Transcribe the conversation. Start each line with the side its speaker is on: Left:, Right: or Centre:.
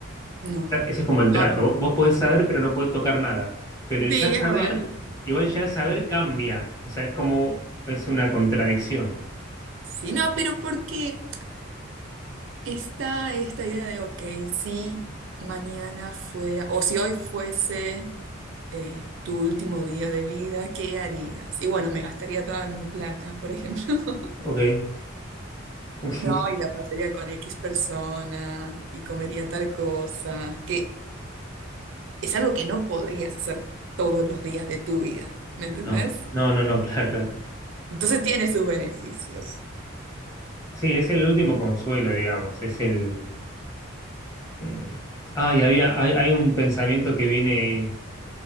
Right: No,
Left: sea, ese es como el trato.
Right: no, no.
Left: Vos podés saber, pero no podés tocar nada. Pero el
Right: Sí,
Left: ya saber,
Right: es verdad.
Left: igual ya saber cambia. O sea, es como, es una contradicción.
Right: Sí, no, pero ¿por qué? Está esta idea de, ok, si mañana fuera, o si hoy fuese eh, tu último día de vida, ¿qué harías? Y bueno, me gastaría toda mi plata, por ejemplo. <laughs>
Left: Ok, <laughs> ok.
Right: No, y la pasaría con X persona y comería tal cosa, que es algo que no podrías hacer todos los días de tu vida, ¿me entendés?
Left: No, no, no, no, <laughs> claro, claro.
Right: Entonces tiene sus beneficios.
Left: Sí, es el último consuelo, digamos. Es el. eh, Ah, y había, hay, hay un pensamiento que viene,